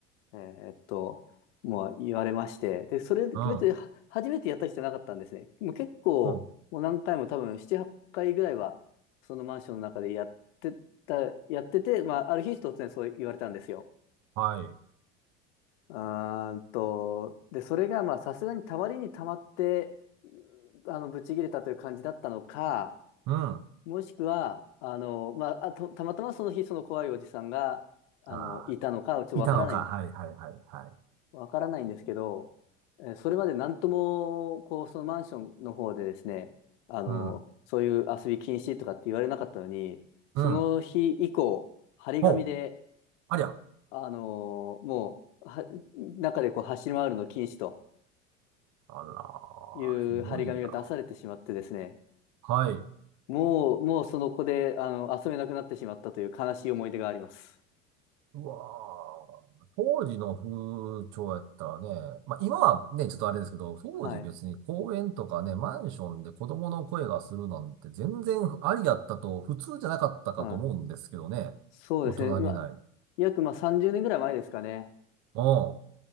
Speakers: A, on the left; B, on the right.
A: えーっと、もう言われまして、で、それ別には初めてやった人じゃなかったんですね。
B: うん。
A: もう結構、
B: うん。
A: もう何回も多分7、8回ぐらいは、そのマンションの中でやってた、やってて、まあ、ある日突然そう言われたんですよ。
B: はい。
A: あーんと、で、それがまあさすがにたまりにたまって、あの、ぶち切れたという感じだったのか、
B: うん。あ
A: もしくは、あの、まあ、あと、たまたまその日その怖いおじさんが、あの、
B: あ、
A: いたのか、ちょっとわからないんです。
B: いたのか。はい、はい、はい、はい。
A: わからないんですけど、えーそれまでなんとも、こう、そのマンションの方でですね、あの、
B: うん。
A: そういう遊び禁止とかって言われなかったのに、その日以降、
B: うん。
A: 張り紙で、
B: ほう。ありゃ。
A: あの、もう、は中でこう走り回るの禁止と。
B: あら、
A: いう張り紙が出されてしまってですね、
B: ひどいな。はい。
A: もう、もうその子で、あの、遊べなくなってしまったという悲しい思い出があります。
B: うわー当時の風潮やったらね、まあ今はね、ちょっとあれですけど、当時別に公園とかね、
A: はい。
B: マンションで子供の声がするなんて全然ありだったと、普通じゃなかったかと思うんですけどね。
A: はい。そうですね。
B: 大人げない。
A: まあ、
B: うん。
A: 約まあ30年ぐらい前ですかね。
B: 大